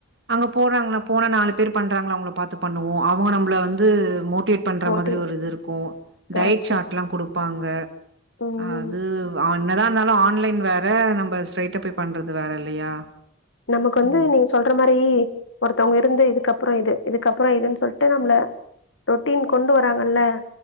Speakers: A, on the right (about 60°); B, on the left (about 70°).
A: அங்க போறாங்கனா போனா நாலு பேர் பண்றாங்ளா அவுங்ள பாத்துப் பண்ணுவோ அவுங்க நம்பள வந்து மோட்டிவேட் பண்ற
B: மோட்டிவேட்
A: மாதிரி ஒரு இது இருக்கு
B: கரெக்ட்
A: டயட் சாட்லா குடுப்பாங்க
B: ம்
A: அது ப அன்னதா இருந்தாலு ஆன்லைன் வேற நம்ப ஸ்ட்ரைட்டா போய் பண்றது வேற இல்லையா
B: நமக்கு வந்து
A: ம்.
B: நீ சொல்ற மாரி ஒருத்தவங்க இருந்து இதுக்கப்றோ இது இதுக்கப்றோ இதுன் சொல்ட்டு நம்ள ரொட்டீன் கொண்டு வராங்கல்ல